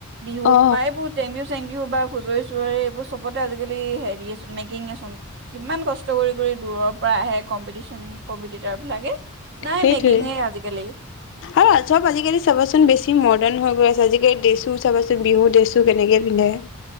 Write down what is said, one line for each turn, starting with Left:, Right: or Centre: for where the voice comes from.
Right: বিহুত
Left: অ
Right: তোমাৰ এইবোৰ জেং বিহু চেং বিহু বা হুচৰি-চোচৰি এইবোৰ চবতে আজিকালি হেৰিয়েচোন মেকিঙেচোন। কিমান কষ্ট কৰি কৰি দূৰৰ পৰা আহে কম্পিটিচন কম্পিটিটাৰ বিলাকে নাই
Left: সেইটোৱে,
Right: মেকিঙে আজিকালি
Left: আৰু চব আজিকালি চাবাচোন বেছি মডাৰ্ণ হৈ গৈ আছে আজিকালি ড্ৰেছো চাবাচোন বিহু ড্ৰেছো কেনেকে পিন্ধে